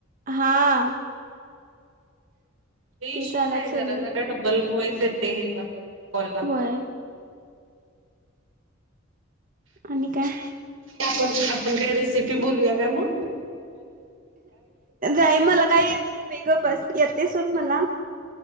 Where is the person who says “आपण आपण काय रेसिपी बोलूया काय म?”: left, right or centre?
Right